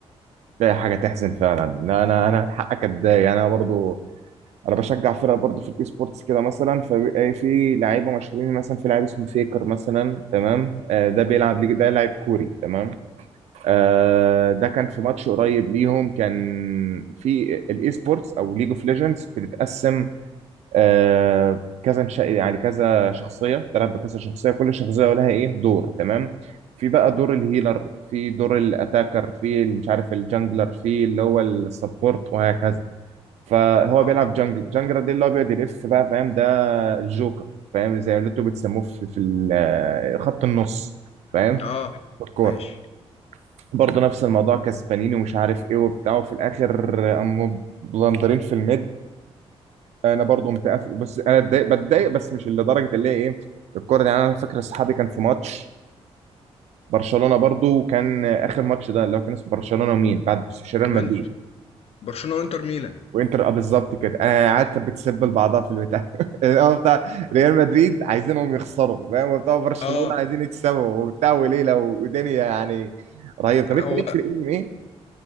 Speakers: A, on the right; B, on the left.
A: ده حاجه تحزن فعلا لا، انا انا حقك اتضايق انا برضو انا بشجع فرقه برضو في الاي سبورتس كده مثلا فبيبقى في لعيبه مشهورين مثلا في لاعب اسمه فيكر مثلا تمام آه ده بيلعب ليج ده لاعب كوري تمام آه ده كان في ماتش قريب ليهم كان في الاي سبورتس او ليج اوف ليجندز بتتقسم آه كذا نشأ يعني كذا شخصيه بتلعب بكذا شخصيه كل شخصيه لها ايه دور تمام في بقى دور الهيلر في دور الاتاكر في اللي مش عارف الجانجلر في اللي هو السبورت وهكذا فهو
B: اه
A: بيلعب جانجل جانجل ده اللي هو بيقعد يلف بقى فاهم ده الجوكر فاهم زي اللي انتوا بتسموه في, في ال- آه، خط النص فاهم
B: اه
A: بالكوره
B: ماشي
A: برضه نفس الموضوع كسبانين ومش عارف ايه وبتاع وفي الاخر قاموا بلندرين في الميد انا برضه متقف بس انا اتضايق بتضايق بس مش لدرجه اللي هي ايه الكوره دي يعني انا فاكر اصحابي كان في ماتش برشلونه برضه وكان اخر ماتش ده اللي هو كان اسمه برشلونه ومين بعد بس مش ريال مدريد
B: وانت برشلونه وانتر ميلان
A: وانتر اه بالظبط كده انا قاعد كانت بتسب بعضها في البتاع <laughs> الأول بتاع ريال مدريد عايزينهم يخسروا فاهم وبتاع برشلونه
B: اه
A: عايزين يكسبوا وبتاع وليله ودنيا يعني رهيب طب
B: هو
A: انت ليك في الام ام ايه